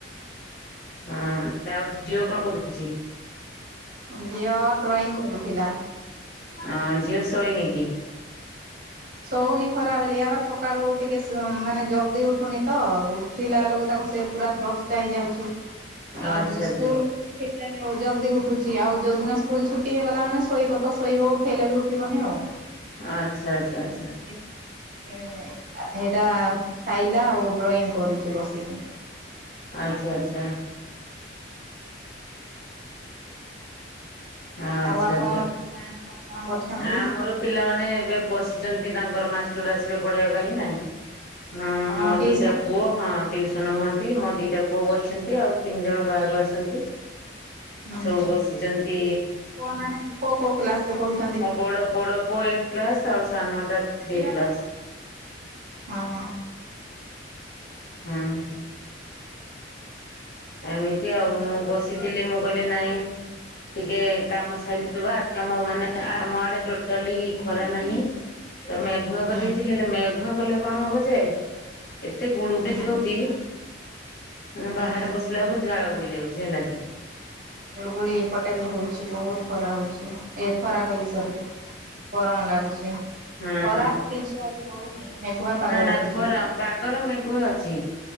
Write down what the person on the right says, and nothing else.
ଝିଅ ଡ୍ରଇଂ କରୁଥିଲା।
ଶଉନି ଖରାବାଲିଆ ହେଲି ସକାଳୁ ଟିକେ ମାନେ ଜଲ୍ଦି ଉଠୁନି ତ ଉଠିଲ ବେଳକୁ ତାକୁ ସେ ପୁରା ଦଷ୍ଟା ହେଇଯାଉଚି ଆ
ଜ ସ୍କୁଲ୍
ସେଟଉ ଜଲ୍ଦି ଉଠୁଚି ଆଉ ଯୋଉଦିନ ସ୍କୁଲ ଛୁଟି ହେଇଗଲା ମାନେ ଶୋଇବ ତ ଶୋଇବ ଉଠେଇଲେ ବି ଉଠିବନି ଆଉ।
<unintelligible> ଏ -ସେଟା ଖାଇଲା ଆଉ ଡ୍ରଇଂ କରୁଚି ବସିକି।
ଆଉ ଆପଣଙ୍କର
ପିଲାମାନେ କଣ କଣ କରିଛନ୍ତି?
ଟିଉସନ
ନା
ହୁଁ
ହୁଁ
ପୁଅ ମାନେ କୋଉ କୋଉ କ୍ଲାସର ରେ ପଢୁ
ହଁ ହଁ
<inaudible>
ହୁଁ
ହୁଁ
ହୁଁ।
ଏ ଗୁଳଗୁଳି ଏପଟେ ବି ହଉଚି ବହୁତ୍ ଖରା ହଉଚି ଏ ଖରା କହିଲି ସରି ଗରମ ଲାଗୁଚି।
ଖରା ତ କିଛି ଆଜି ହଉନି। ମେଘୁଆ ପାଗ
ରଖିଛି।